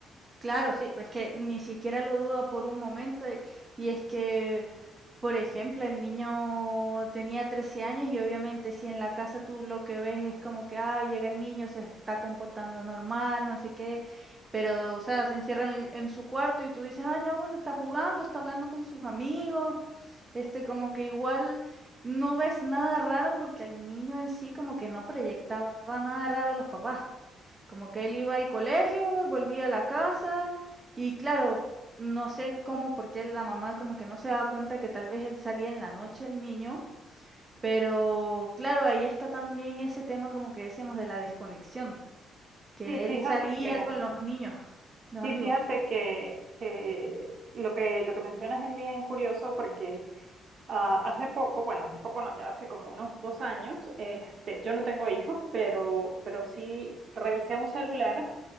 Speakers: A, on the right; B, on the right.
A: Claro, sí, es que ni siquiera lo duda por un momento y, y es que Por ejemplo, el niño tenía 13 años y obviamente si en la casa tú lo que ves es como que, ah, llega el niño, se está comportando normal, no sé qué, pero, o sea, se encierra en, el- en su cuarto y tú dices, ah, ya, bueno, está jugando, está hablando con sus amigos, este, como que igual no ves nada raro porque al niño en sí como que no proyectaba nada raro a los papás. Como que él iba al colegio, volvía a la casa y claro, no sé cómo, porque la mamá como que no se daba cuenta que tal vez él salía en la noche el niño, pero claro, ahí está también ese tema como que decíamos de la desconexión, que
B: Sí, fíjate
A: él salía
B: que,
A: con los niños, los
B: Sí,
A: amigos.
B: fíjate que, que lo que lo que mencionas es bien curioso porque ah, hace poco, bueno, hace poco no, ya hace como unos dos años, este, yo no tengo hijos, pero, pero sí revisé un celular